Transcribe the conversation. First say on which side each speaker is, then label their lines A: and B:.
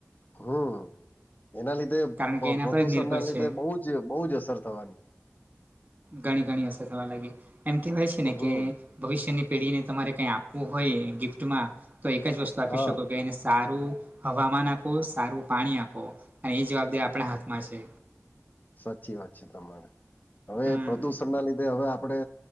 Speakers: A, on the left; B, on the right.
A: હમ એના લીધે
B: કારણ કે એના
A: પ્રદુષણ
B: પર જ નિર્ભર
A: ના લીધે
B: છે
A: બહ જ બહુ જ અસર થવાની.
B: ઘણી ઘણી અસર થવા લાગી એમ કહેવાય છે ને
A: હમ
B: કે ભવિષ્યની પેઢીને તમારે કઈ આપવું હોય ગિફ્ટમાં તો એક જ વસ્તુ આપી
A: હા
B: શકો કે એને સારું હવામાન આપો સારું પાણી આપો અને એ જવાબદારી આપણા હાથમાં છે.
A: સાચી વાત છે તમારે હવે
B: હમ
A: પ્રદુષણ ના લીધે હવે આપડે